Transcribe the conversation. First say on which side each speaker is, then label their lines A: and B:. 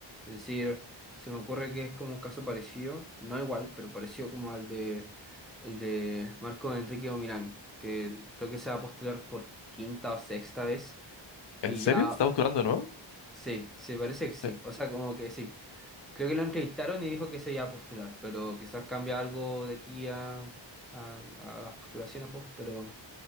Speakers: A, in the centre; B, on the left.
A: Es decir, se me ocurre que es como un caso parecido, no igual, pero parecido como al de, el de Marco Enrique Ominami, que creo que se va a postular por quinta o sexta vez y
B: ¿En serio?
A: ya,
B: ¿Estás postulando de nuevo?
A: sí, se parece que sí,
B: Sí.
A: o sea, como que sí. Creo que lo entrevistaron y dijo que se iba a postular, pero quizás cambia algo de aquí a, a- a las postulaciones, pues, pero,